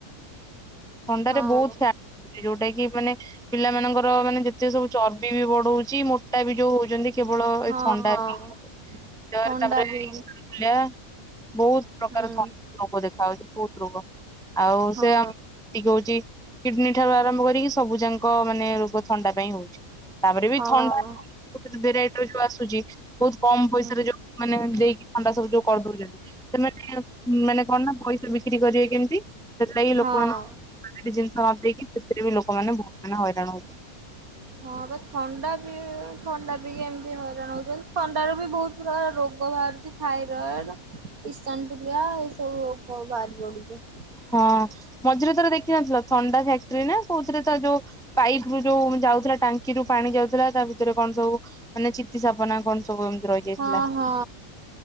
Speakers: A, in the centre; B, on the right (about 80°).
A: ଥଣ୍ଡାରେ
B: ହଁ
A: ବହୁତ ଫ୍ୟା ଯୋଉଟା କି ମାନେ ପିଲାମାନଙ୍କର ମାନେ ଯେତେ ସବୁ ଚର୍ବିବି ବଢଉଛି, ମୋଟାବି ଯୋଉ ହଉଛନ୍ତି। କେବଳ
B: ହଁ
A: ଏ ଥଣ୍ଡା
B: ହଁ
A: ପିଇ ତାରେ
B: ଥଣ୍ଡା
A: ତାପରେ
B: ବି
A: ଏଇଆ ବହୁତ
B: ହୁଁ
A: ପ୍ରକାର ଥ ରୋଗ ଦେଖା ହଉଛି ବହୁତ ରୋଗ ଆଉ
B: ହଁ
A: ସେ ଏତିକ ହଉଛି କିଡନୀ ଠାରୁ ଆରମ୍ଭ କରିକି ସବୁ ଯାଙ୍କ ମାନେ ରୋଗ ଥଣ୍ଡା ପାଇଁ ହଉଛି। ତାପରେ ବି
B: ହଁ।
A: ଥଣ୍ଡା ବହୁତ ଭେରାଇଟିର ଯୋଉ ଆସୁଛି ବହୁତ କମ ପଇସାରେ
B: ହୁଁ
A: ଯୋଉ ମାନେ ଦେଇକି ଥଣ୍ଡା ସବୁ ଯୋଉ କରିଦଉଛନ୍ତି ସେମାନେ ମାନେ କଣ ନା ପଇସା ବି କିରି କରିବେ କେମିତି ସେଥିଲାଗି
B: ହଁ।
A: ଲୋ ଜିନିଷ ମଗେଇକି ସେଥିରେ ବି ଲୋକମାନେ ବହୁତ ମାନେ ହଇରାଣ ହଉଛନ୍ତି।
B: ହଁ ବା ଥଣ୍ଡା ବି ଥଣ୍ଡା ପିକି ଏମିତି ହଇରାଣ ହଉଛନ୍ତି ଥଣ୍ଡାରୁ ବି ବହୁତ ପୁରା ରୋଗ ବାହାରୁଛି ଥାଇରଏଡ ଇସନଫୁଲିଆ ଏସବୁ ରୋଗ ବାହାରି ପଡୁଛି।
A: ହଁ ମଝିରେ ଥରେ ଦେଖିନଥିଲ ଥଣ୍ଡା ଫ୍ୟାକ୍ଟ୍ରି ନା କୋଉଥିରେ ତ ଯୋଉ ପାଇପ୍ ରୁ ଯୋଉ ଯାଉଥିଲା ଟାଙ୍କିରୁୁ ପାଣି ଯାଉଥିଲା ତା ଭିତରେ କଣ ସବୁ ମାନେ ଚିତି ସାପନା କଣ ସବୁ ଏମିତି ରହି ଯାଇଥିଲା,
B: ହଁ ହଁ